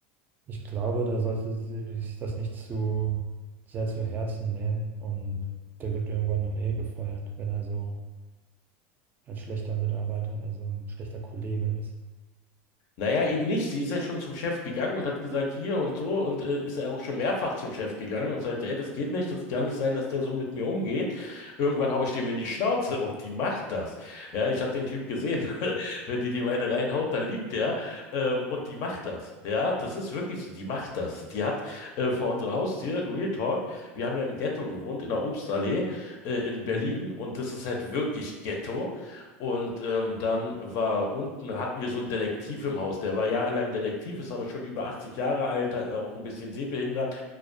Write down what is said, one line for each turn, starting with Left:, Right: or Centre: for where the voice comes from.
Right: Ich glaube, da sollte sie sich das nicht zu sehr zu Herzen nehmen. Und der wird irgendwann dann eh gefeuert, wenn er so ein schlechter Mitarbeiter, also ein schlechter Kollege ist.
Left: Naja, eben nicht. Sie ist ja schon zum Chef gegangen und hat gesagt, hier und so. Und äh, ist ja auch schon mehrfach zum Chef gegangen und sagt, ey, das geht nicht, das kann nicht sein, dass der so mit mir umgeht. Irgendwann hau ich dem in die Schnauze und die macht das. Ja, ich habe den Typ gesehen. <laughs> Wenn die dem eine reinhaut, dann liegt der. Ähm, und die macht das. Ja, das ist wirklich so, die macht das. Die hat äh, vor unserer Haustür, Real Talk, wir haben ja im Ghetto gewohnt, in der Obstallee äh, in Berlin.
Right: Mhm.
Left: Und das ist halt wirklich Ghetto. Und ähm, dann war unten, hatten wir so einen Detektiv im Haus, der war jahrelang Detektiv, ist aber schon über 80 Jahre alt, hat auch ein bisschen sehbehindert.